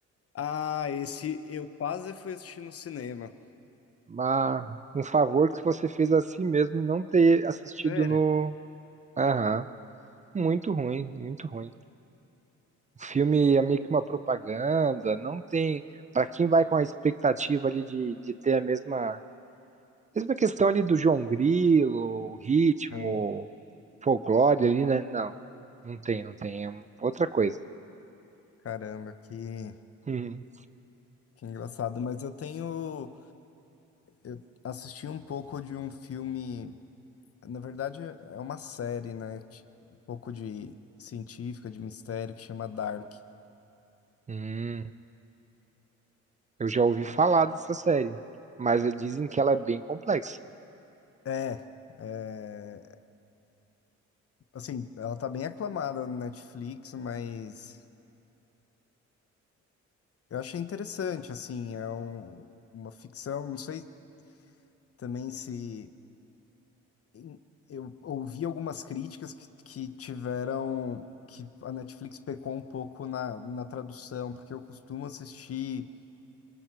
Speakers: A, on the left; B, on the right.
A: Ah, esse eu quase fui assistir no cinema.
B: Mas um favor que você fez a si mesmo não ter assistido
A: Sério?
B: no. Aham. Muito ruim, muito ruim. O filme é meio que uma propaganda, não tem. Para quem vai com a expectativa ali de, de ter a mesma, mesma questão ali do João Grilo, o ritmo,
A: É.
B: folclore ali, né? Não, não tem, não tem. É um- outra coisa.
A: Caramba, que,
B: Hum,
A: que engraçado. Mas eu tenho. Eu assisti um pouco de um filme. Na verdade, é uma série, né? ti- Um pouco de científica, de mistério, que chama Dark.
B: hum. eu já ouvi falar dessa série, mas dizem que ela é bem complexa.
A: É, é, assim, ela tá bem aclamada no Netflix, mas eu achei interessante, assim, é um- uma ficção, não sei também se em- eu ouvi algumas críticas que, que tiveram que a Netflix pecou um pouco na, na tradução, porque eu costumo assistir.